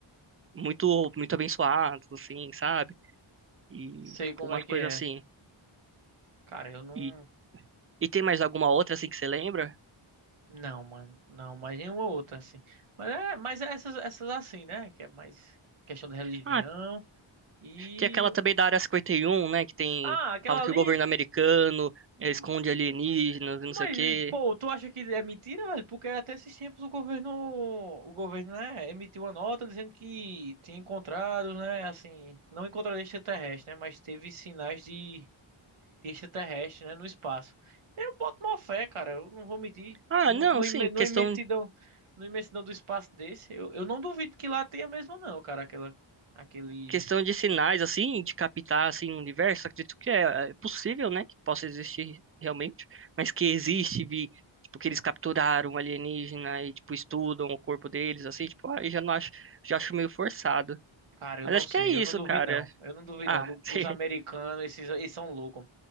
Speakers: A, on the right; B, on the right.
A: muito, muito abençoados, assim, sabe? E,
B: Sei
A: tipo,
B: como
A: umas
B: é que
A: coisas
B: é.
A: assim.
B: Cara, eu não.
A: E, e tem mais alguma outra, assim, que você lembra?
B: Não, mano. Não, mas nenhuma outra, assim. Mas é, mas é essas, essas assim, né? Que é mais questão da religião
A: Ah,
B: e...
A: Tem aquela também da Área 51, né? Que tem.
B: Ah, aquela
A: Fala
B: ali...
A: que o governo americano eh,
B: hum,
A: esconde alienígenas
B: Mas,
A: e não sei o quê.
B: pô, tu acha que é mentira, velho? Porque é até esses tempos o governo... O governo, né? Emitiu uma nota dizendo que tinha encontrado, né? Assim, não encontraram extraterrestre, né? Mas teve sinais de... de extraterrestre, né? No espaço. Eu boto uma fé, cara. Eu não vou medir.
A: Ah,
B: Numa
A: não, sim,
B: imen- numa
A: questão,
B: imensidão, numa imensidão do espaço desse, eu, eu não duvido que lá tenha mesmo, não, cara. Aquela, aquele.
A: questão de sinais, assim, de captar, assim, o universo. Acredito que é, é possível, né? Que possa existir realmente. Mas que existe, vi, tipo, que eles capturaram um alienígena e, tipo, estudam o corpo deles, assim, tipo, aí já não acho, já acho meio forçado.
B: Cara, eu
A: Mas
B: não
A: acho
B: sei.
A: que é isso,
B: Eu não duvido,
A: cara.
B: não. Eu não duvido,
A: Ah,
B: não. Do-
A: <laughs>
B: Os americanos, esses, eles são loucos.